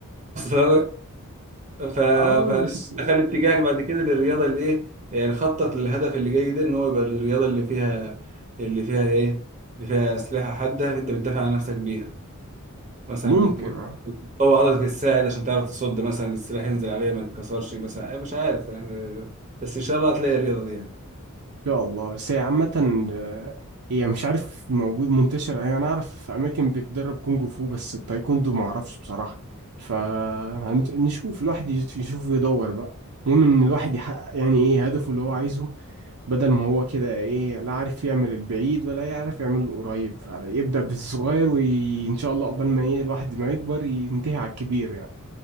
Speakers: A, on the right; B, on the right.
A: <laughs> ف...
B: اه بس
A: فخلي اتجاهك بعد كده للرياضه اللي ايه يعني خطط للهدف اللي جاي ده ان هو يبقى الرياضه اللي فيها اللي فيها ايه اللي فيها اسلحه حاده انت بتدافع عن نفسك بيها مثلا
B: ممكن
A: بت... بت-
B: آه.
A: بتقوي عضله الساعد عشان تعرف تصد مثلا السلاح ينزل عليها ما يتكسرش مثلا أي مش عارف يعني بس ان شاء الله هتلاقي الرياضه دي يعني
B: شاء الله بس هي عامة آه، هي مش عارف موجود منتشر يعني أنا أعرف أماكن بتدرب كونج فو بس التايكوندو معرفش بصراحة فنشوف الواحد يش- يشوف ويدور بقى المهم إن الواحد يحقق يعني إيه هدفه اللي هو عايزه بدل ما هو كده إيه لا عارف يعمل البعيد ولا يعرف يعمل القريب يبدأ بالصغير وإن شاء الله قبل ما إيه الواحد ما يكبر ينتهي على الكبير يعني